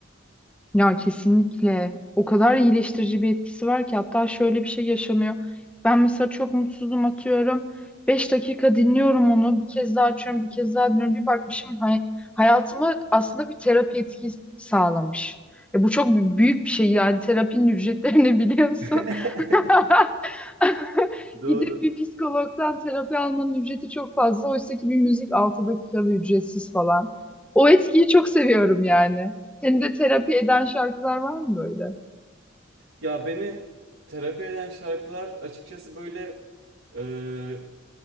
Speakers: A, in the centre; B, on the right.
A: Ya kesinlikle. O kadar iyileştirici bir etkisi var ki hatta şöyle bir şey yaşanıyor. Ben mesela çok mutsuzum atıyorum. beş dakika dinliyorum onu. Bir kez daha açıyorum, bir kez daha dinliyorum. Bir bakmışım hay hayatıma aslında bir terapi etkisi sağlamış. Ya bu çok büyük bir şey yani terapinin ücretlerini <laughs> biliyorsun.
B: <laughs>
A: <laughs> <laughs>
B: Doğru.
A: Gidip bir psikologdan terapi almanın ücreti çok fazla. Oysa ki bir müzik 6 dakika ücretsiz falan. O etkiyi çok seviyorum yani. Senin de terapi eden şarkılar var mı böyle?
B: Ya beni terapi eden şarkılar açıkçası böyle e,